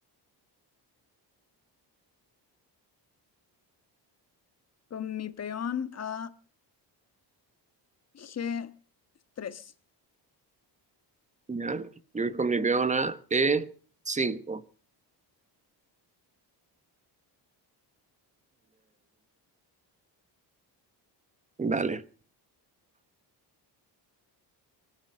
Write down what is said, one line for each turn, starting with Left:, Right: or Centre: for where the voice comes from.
Left: con mi peón a g tres
Right: ¿Ya? Yo voy con mi peón a E5. Dale.